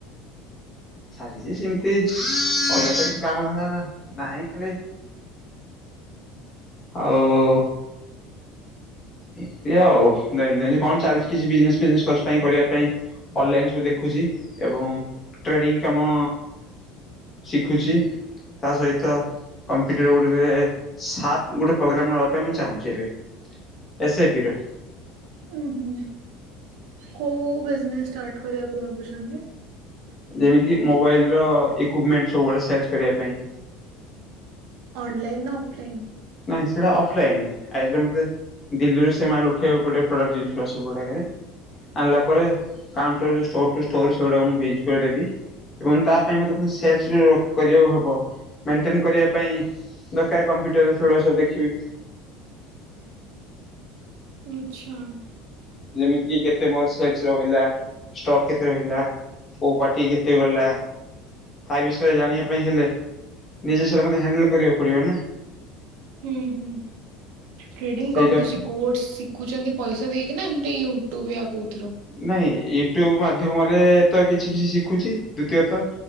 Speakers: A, on the left; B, on the right.
A: ସାରିଛି ସେମିତି ଅଲଗତା ତ କିଛି କାମ ଧନ୍ଦା ନାହିଁ ଖାଲି ଆଉ ଏମିତି ଆଉ ଦୈନନ୍ଦିନ କଣ ଚାଲିଛି କିଛି ବିଜନେସ୍ ଫିଜନେସ୍ ସର୍ଚ୍ଚ ପାଇଁ କରିବା ପାଇଁ ଅନଲାଇନ ସବୁ ଦେଖୁଛି ଏବଂ ଟ୍ରେଡିଙ୍ଗ କାମ ଶିଖୁଛି। ତା ସହିତ କମ୍ପ୍ୟୁଟର ଗୋଟେ ଏବେ ସାର୍ପ ଗୋଟେ ପ୍ରୋଗ୍ରାମ୍ ନେବା ପାଇଁ ମୁଁ ଚାହୁଁଛି ଏବେ। ଏସ୍ ଆଇ ପି ର।
B: ଉଁ ହୁଁ କୋଉ ବିଜନେସ ଷ୍ଟାର୍ଟ କରିବାକୁ ଭାବୁଛନ୍ତି?
A: ଯେମିତି କିି ମୋବାଇଲ ର ଇକ୍ପମେଣ୍ଟ ସବୁ ଗୁଡେ ସେଲ୍ଷ କରିବା ପାଇଁ।
B: ଅନଲାଇନ ନା ଅଫଲାଇନ?
A: ନାଇଁ ସେଇଟା ଅଫଲାଇନ ଆଇଦର ମତେ ଦିଲ୍ଲୀରୁ ସେ ମାଲ ଉଠେଇବାକୁ ପଡିବ ପ୍ରଡକ୍ଟ ଜିନିଷ ସବୁ ଗୁଡାକରେ ଆଣିଲା ପରେ କାଉଣ୍ଟର ଯୋଉ ଷ୍ଟୋର ଟୁ ଷ୍ଟୋର ସେଗୁଡା ମୁଁ ଭିଜିଟ୍ କରି ଦେବି। ଏବଂ ତା ପାଇଁ ମତେ ଫୁଣି ସେଲ୍ଷ କରିବାକୁ ହବ ମେଣ୍ଟେନ କରିବା ପାଇଁ ଦରକାର କମ୍ପ୍ୟୁଟର ରେ ସେଗୁଡାକ ସବୁ ଦେଖିବି।
B: ଆଛା।
A: ଯେମିତି କି କେତେ ମୋର ସେଲ ରହିଲା କେତେ ରହିଲା। କୋଉଁ ପାର୍ଟି କେତେ ଗଲା। ତା ବିଷୟରେ ଜାଣିବା ପାଇଁ ହେଲେ ନିଜରେ ମତେ ହ୍ୟାଣ୍ଡେଲ କରିବାକୁ ପଡିବ ନା।
B: ହୁଁ ହୁଁ ଟ୍ରେଡିଙ୍ଗ
A: ସେଇଟା
B: କଣ କିଛି କୋର୍ସ ସି ସିଖୁଛନ୍ତି ପଇସା ଦେଇକିନା ଏମିତି ୟୁଟ୍ୟୁବ ୟା କୋଉଥିରୁ?
A: ନାଇଁ ୟୁଟୁବ ମାଧ୍ୟମରେ ତ କିଛି କିଛି ଶିଖୁଛି ଦ୍ଵିତୀୟତ